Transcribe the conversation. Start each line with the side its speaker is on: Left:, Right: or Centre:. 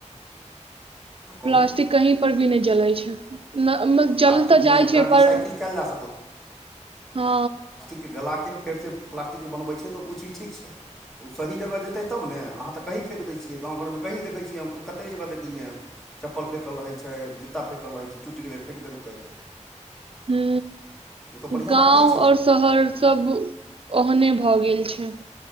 Right: प्लास्टिक
Centre: कहू
Right: कहीं पर भी नहि जलै छै। जल
Centre: प्लास्टिक
Right: तऽ जाइ
Centre: नहि ओकरा
Right: छै पर
Centre: रिसाइकिल कयल जा
Right: हँ।
Centre: के गलाके फेरसँ प्लास्टिकके बनबै छियै तऽ ओ चीज ठीक छै। तऽ ओ सही जगह जेतै तब ने अहाँ तऽ कहीँ फेक दै छियै गामव घरमे कहीँ देखै छियै हम कतेक जगह देखलियै हन। चप्पल फँेकल रहै छै जुत्ता फँेकल रहै छै टूटि गेलै फँक देलकै।
Right: हू।
Centre: ओ तऽ बढ़िआँ
Right: गाँव
Centre: बात नहि छै
Right: आओर नहर सब ओहने भऽ गेल छै।